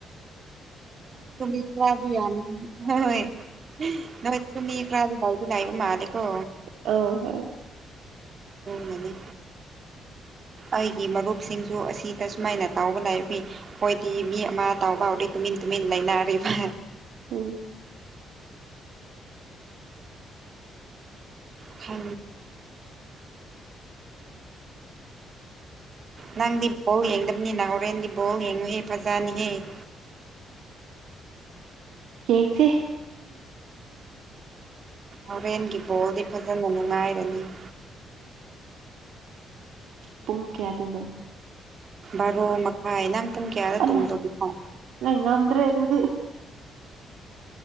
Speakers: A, on the right (about 45°); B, on the right (about 80°).
A: ꯀꯃꯤ ꯀꯥꯕꯤ ꯌꯥꯅꯤ ꯍꯣꯏ ꯅꯣꯏꯃꯤ ꯀ꯭ꯔꯥꯕꯤ ꯂꯏꯕ ꯃꯥꯂꯀꯣ
B: ꯑ ꯍꯣ
A: ꯍꯅꯅꯤ ꯑꯩꯒꯤ ꯃꯔꯨꯞꯁꯤꯡꯁꯨ ꯑꯁꯤꯗ ꯁꯨꯃꯥꯏꯅ ꯇꯥꯎꯕ ꯂꯥꯏꯛꯏ ꯍꯣꯏꯗꯤ ꯃꯤ ꯑꯃ ꯇꯥꯎꯕ ꯍꯧꯥꯎꯔꯗꯤ ꯇꯨꯃꯤꯟ ꯇꯨꯃꯤꯟ ꯂꯩꯅꯔꯤꯕ
B: ꯑ
A: ꯈ ꯅꯪꯗꯤ ꯕꯣꯜ ꯌꯦꯡꯗꯕꯅꯤ ꯅꯍꯣꯔꯦꯟꯗꯤ ꯕꯣꯜ ꯌꯦꯡꯉꯨꯍꯦ ꯐꯖꯅꯤꯍꯦ <inaudible>
B: ꯌꯦꯡꯁꯤꯦ
A: ꯍꯣꯔꯦꯟꯒꯤ ꯕꯣꯜꯗꯤ ꯐꯖꯅ ꯅꯨꯡꯉꯥꯏꯔꯅꯤ <inaudible>
B: ꯄꯨꯡ ꯀꯌꯥꯗꯅ
A: ꯕꯥꯔꯣ ꯃꯈꯥꯏ ꯅꯪ ꯄꯨꯡ ꯀꯌꯥꯗ
B: ꯑꯂ
A: ꯇꯨꯝꯗꯣꯏꯅꯣ
B: ꯅꯪ ꯉꯗ꯭ꯔꯦ ꯑꯗꯨꯗꯤ